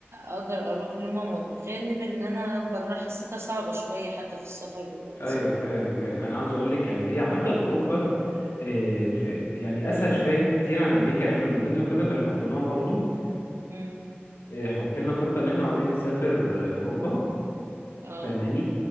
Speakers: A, on the right (about 75°); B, on the left (about 75°).
A: اقدر اروح لماما بجانب ان انا بره حسيتها صعبة شوية حتى في السفر دلوقتي
B: ايوه فاهم فاهم انا عاوز اقول لك يعني هي عامه اوروبا آه، في يعني اسهل شويه كتير عن امريكا يعني احنا من ضمن الخطط اللي حطيناها برضو
A: امم
B: آه، حطينا خطه ان احنا عاوزين نسافر آه، اوروبا
A: اه
B: فاهماني